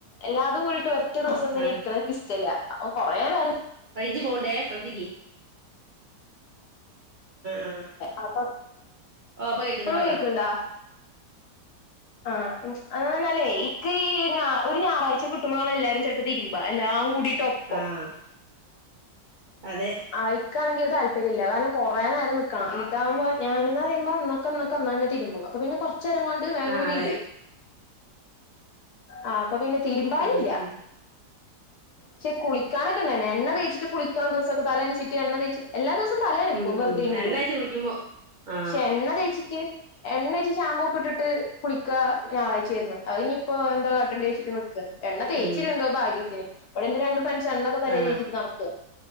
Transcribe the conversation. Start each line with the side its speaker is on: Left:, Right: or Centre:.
Left: എല്ലാതും <unintelligible> റ്റ ദിവസം ങ്ങനിരിക്ക്ണഹ്
Right: ആഹ്
Left: ക്ക് ഷ്‌ടല്ല അ അം കൊറേ നേരം
Right: റൈഞ്ച് പോണ്ടേ ശ്രദ്ധിക്കി ആഹ്
Left: <inaudible>
Right: ഓഹ് ഇപ്പൊ കേൾക്കണ്ട്
Left: പ്പളു
Right: പറഞ്ഞോ
Left: കേക്ക്ണ്ടാ ആ അന്നല്ലേ ഇക്ക് ഈ ഒരു ഞായറാഴ്ച കിട്ടുമ്പോളാണ് എല്ലാരും ചെലപ്പോ തിരുമ്പ എല്ലാംകൂടി ട്ടോപ്പം
Right: ആഹ് അതെ
Left: ആ ഇക്കാണെങ്കിൽ താല്പര്യല്ല കാരണം കുറേ നേരം നിക്കണം ഇതാകുമ്പോ ഞാനന്ന് പറിയുമ്പോ അന്നൊക്കന്നൊക്കന്ന തിരുമ്പും അപോ പിന്നെ കുറ ച്ചേരം കൊണ്ട് വേഗണ്തീരുവേ
Right: ആ അതെ
Left: ആഹ് അപ്പൊപിന്നെ തിരുമ്പാനില്ല
Right: ഉം ഉം
Left: ക്ഷെ കുളിക്കാനൊക്കെ ഇണ്ടായിനി എണ്ണ തേച്ചിട്ട് കുളിക്കണ <unintelligible> തലൻച്ചിട്ട് എണ്ണതേച്ച് എല്ലാദിവസം തലനക്കും
Right: ഉം
Left: വെറുതെയെങ്കിലും
Right: എണ്ണ തേച്ച് കുളിക്കുമ്പോ ആ
Left: ക്ഷെ എണ്ണ തേച്ചിട്ട് എണ്ണേച്ച് ഷാമ്പൊക്കെ ഇിട്ട്ട്ട് കുളിക്ക ഞായറാഴ്ചയായിരുന്നു അത് ഇപ്പൊ എന്താ കാട്ടണ്ടെയ്ച്ചിട്ട് നിക്കാ എണ്ണ തേച്ചി
Right: ഉം
Left: <unintelligible> ല്ല എന്തോഭാഗ്യത്തിന് അവിടെന്റെ രണ്ട് ഫ്ര എണ്ണൊക്കെ തല
Right: ആ
Left: ഒഴിച്ചിട്ട് നടക്ക്.